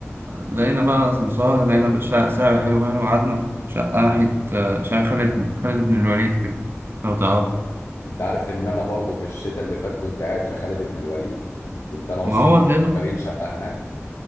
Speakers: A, on the right (about 50°); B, on the left (about 75°).
A: لقينا بقى سمسار لقينا شقة سعر حلو يعني وقعدنا في شقة ناحية آه، شقة خالد خالد بن الوليد كده لو تعرف
B: انت عارف ان انا برضو في الشتاء اللي فات كنت قاعد في خالد بن الوليد كنت انا واصحابي
A: ما هو تقريبا
B: مأجرين شقة هناك